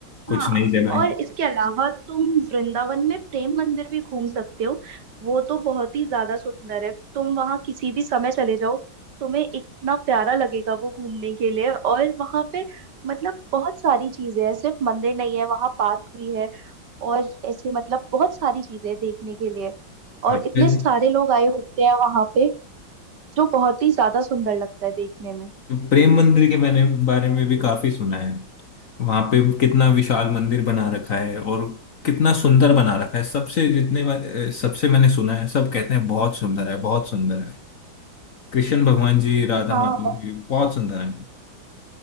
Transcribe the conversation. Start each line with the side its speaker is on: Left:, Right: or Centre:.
Left: कुछ
Right: हाँ
Left: नई जगह
Right: और इसके अलावा तुम वृंदावन में प्रेम मंदिर भी घूम सकते हो वो तो बहुत ही ज्यादा सुंदर है तुम वहाँ किसी भी समय चले जाओ तुम्हें इतना प्यारा लगेगा वो घूमने के लिए और वहाँ पे मतलब बहुत सारी चीजें हैं सिर्फ मंदिर नहीं है वहाँ पार्क भी है और ऐसे मतलब बहुत सारी चीजें हैं देखने के लिए और
Left: अच्छा
Right: इतने
Left: जी
Right: सारे लोग आए होते हैं वहाँ पे जो बहुत ही ज्यादा सुंदर लगता है देखने में
Left: प्रेम मंदिर के मैंने बारे में भी काफी सुना है वहां पे कितना विशाल मंदिर बना रखा है और कितना सुंदर बना रखा है सबसे जितने बार अ, सबसे मैंने सुना है सब कहते हैं बहुत सुंदर है बहुत सुंदर है कृष्ण भगवान जी राधा
Right: हाँ
Left: माता जी बहुत सुंदर है